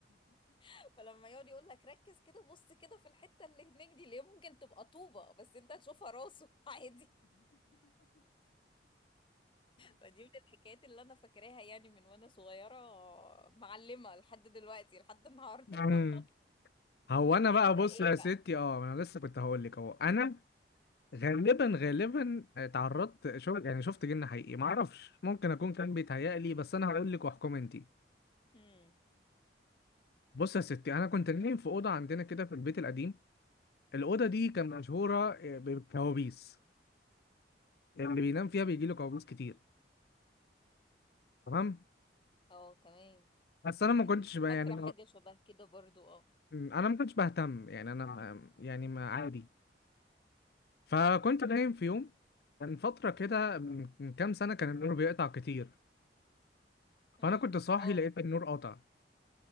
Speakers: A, on the left; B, on the left.
A: <laughs> فلما يقعد يقول لك ركز كده بص كده في الحته اللي هناك دي اللي هي ممكن تبقى طوبه بس انت هتشوفها راسه <laughs> عادي فدي من الحكايات اللي انا فاكراها يعني من وانا صغيرة معلمة لحد دلوقتي لحد النهاردة
B: مم.
A: <laughs>
B: هو انا بقى
A: انت
B: بص
A: ايه
B: يا ستي
A: بقى
B: اه انا لسه كنت هقول لك اهو انا غالبا غالبا اتعرضت شوف يعني شفت جن حقيقي ما اعرفش ممكن اكون كان بيتهيألي بس انا هقول لك واحكم انت
A: امم
B: بص يا ستي انا كنت نايم في اوضه عندنا كده في البيت القديم الاوضه دي كان مشهوره بكوابيس اللي بينام فيها بيجي له كوابيس كتير تمام
A: اه تمام
B: بس
A: يعني
B: انا ما كنتش بقى
A: فاكرة
B: يعني
A: حاجة شبه كده برضو اه
B: مم، انا ما كنتش بهتم يعني انا ما- يعني ما عادي فكنت نايم في يوم كان فتره كده من من كام سنه كان النور بيقطع كتير
A: امم
B: فانا كنت صاحي
A: اه
B: لقيت النور قطع